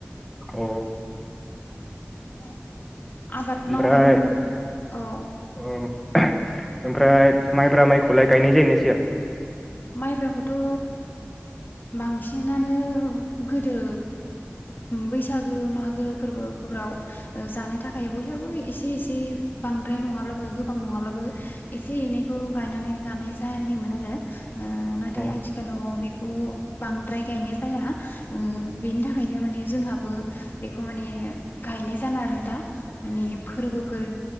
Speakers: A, in the centre; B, on the left.
A: अ
B: <inaudible> आबाद
A: ओमफ्राय
B: मावनायखौनो औ
A: अ ओमफ्राय माइब्रा माइखौलाय गायनाय जायो ना जाया?
B: माइब्राखौथ' ओ बांसिनानो गोदो बैसागो मागो फोरबोफोराव जानो थाखाय बयहाबो एसे एसे बांद्राय नङाब्लाबो गोबां नङाब्लाबो एसे एनैखौ गायनानै लानाय जायोमोन आरो। उम नाथाय
A: औ
B: आथिखालाव बे खौ बांद्राय गायनाय जाया बेनि थाखायनो माने जोंहाबो बेखौ माने गायनाय जाना आरो दा। माने फोरबोफोर